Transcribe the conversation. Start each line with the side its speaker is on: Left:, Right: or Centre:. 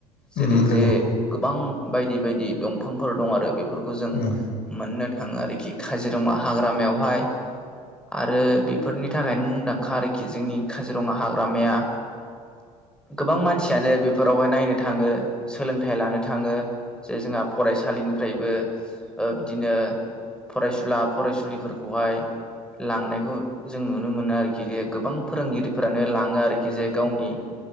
Centre: जेरै
Left: उम नंगौ
Centre: जे गोबां बायदि बायदि दंफांफोर दं आरो बेफोरखौ जों
Left: उम
Centre: मोननो थाङो आरोखि काजिरङा हाग्रामायावहाय आरो बेफोरनि थाखायनो मुंदांखा आरोखि जोंनि काजिरङा हाग्रामाया गोबां मानसि मानसियानो बेफोरावहाय नायनो थाङो सोलोंथाइ लानो थाङो। जे जोंहा फरायसालिनिफ्रायबो ओ बिदिनो फरायसुला फरायसुलिफोरखौहाय लांनायखौ जों नुनो मोनो आरोखि जे गोबां फोरोंगिरिफोरानो लाङो आरोखि जे गावनि